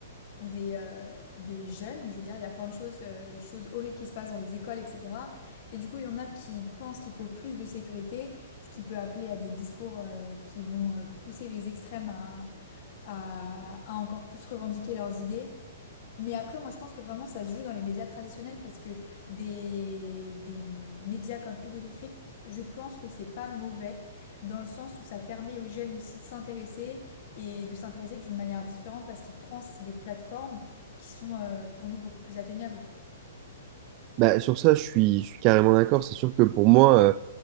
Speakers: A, on the left (about 50°); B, on the right (about 40°).
A: des, euh, des jeunes, je veux dire, il y a plein de choses, euh, choses horribles qui se passent dans les écoles, etc. Et du coup, il y en a qui pensent qu'il faut plus de sécurité, ce qui peut appeler à des discours euh, qui vont euh, pousser les extrêmes à, à, à encore plus revendiquer leurs idées. Mais après, moi, je pense que vraiment, ça se joue dans les médias traditionnels parce que des, des médias comme Hugo Décrypte, je pense que c'est pas mauvais dans le sens où ça permet aux jeunes aussi de s'intéresser et de s'intéresser d'une manière différente parce qu'il prend des plateformes qui sont euh, pour nous beaucoup plus atteignables.
B: Bah, sur ça, je suis, je suis carrément d'accord. C'est sûr que pour moi, euh,